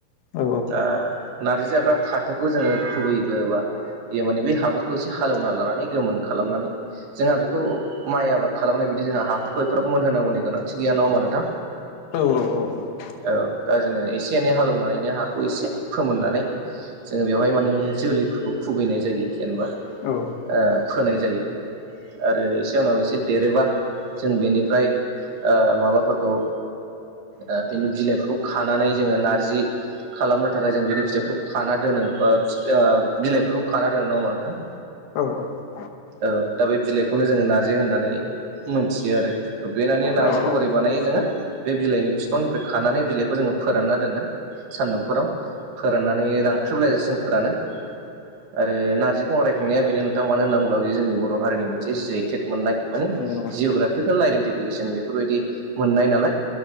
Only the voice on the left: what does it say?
औ
औ औ औ औ
औ
औ औ
औ
औ नंगौ
नंगौ